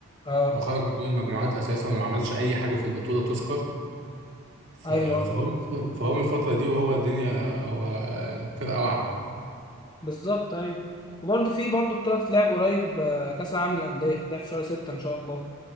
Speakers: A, on the left; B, on the right.
A: اه
B: وخرج من دور المجموعات اساسا وما عملش اي حاجه في البطوله تذكر ف-
A: ايوه آه،
B: فهو فهو من الفتره دي وهو الدنيا هو الفرقه واقعه
A: بالظبط ايوه وبرضه في برضه بطولة تلعب قريب آه، كأس العالم للأندية تلعب في شهر ستة إن شاء الله